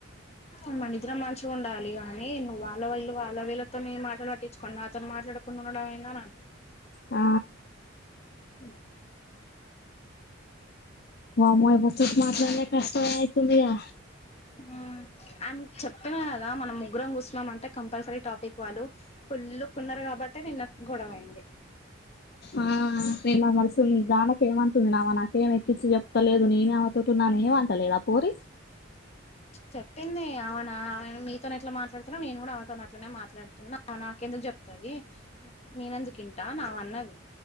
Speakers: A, on the left; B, on the left.
A: ఆవును మనిద్దరం మంచిగుండాలి. గానీ నువ్వు వాళ్ల విళ్ళు వాళ్ల వీళ్ళతోనీ మాటలు పట్టించుకోనీ నాతోన్ మాట్ ఇంట్లో ఉండేటప్పుడు కూడా అయిందానా
B: ఆ
A: అ ఇక్కడ ఎటువంటి శబ్దం లేదు పదాలు ఉపయోగించలేదు
B: వామ్మో ముచ్చట్ మాట్లాడే కి కష్టమైతుందిగా
A: ఉమ్ అండ్ చెప్పిన కదా మనం ముగ్గురం కూర్చున్నాం అంటే కంపల్సరీ టాపిక్ వాళ్ళు కుల్లుకున్నారు కాబట్టే నిన్న గొడవయింది
B: ఆ ప్రేమా మనసుల్ని జానకి ఏమంటుంది నావ నాకేం ఎక్కించి చెప్తాలేదు నేనే అమెతో ఉంటున్నా ఏమంటలేదిక అ పోరి
A: చెప్పింది ఆమె నా మీతోనే ఎట్లా మాట్లాడుతున్నా నేను కూడా ఆమె తోని అట్లనే మాట్లాడుతున్నా, నా ఎందుకు చెప్తది నేను ఎందుకు వింటా అని ఆమె అన్నది